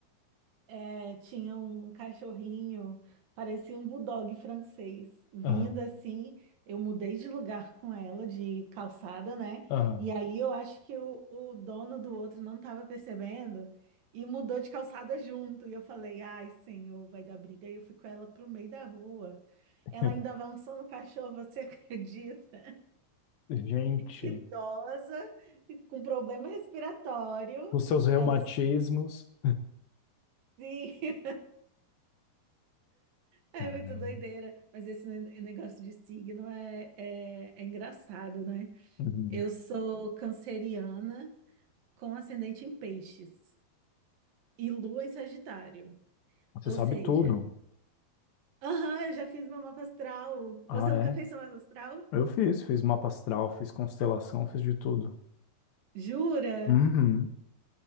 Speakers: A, on the right; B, on the left.
A: É, tinha um cachorrinho, parecia um bulldog francês, vindo
B: ah,
A: assim. Eu mudei de lugar com ela, de calçada, né?
B: ah.
A: E aí eu acho que o, o dono do outro não estava percebendo e mudou de calçada junto. E eu falei, ai, senhor, vai dar briga. E eu fui com ela pro meio da rua.
B: <laughs>
A: Ela ainda avançou no cachorro, você <laughs> acredita?
B: Gente,
A: Idosa, com problema respiratório.
B: os seus reumatismos.
A: Ela, sim. <laughs> É
B: Caramba.
A: muito doideira, mas esse ne- negócio de signo é, é, é engraçado, né?
B: Uhum.
A: Eu sou canceriana com ascendente em peixes e lua em Sagitário.
B: Você
A: Ou
B: sabe
A: seja,
B: tudo.
A: aham, eu já fiz meu mapa astral.
B: Ah,
A: Você nunca
B: é?
A: fez seu mapa astral?
B: Eu fiz, fiz mapa astral, fiz constelação, fiz de tudo.
A: Jura?
B: Uhum.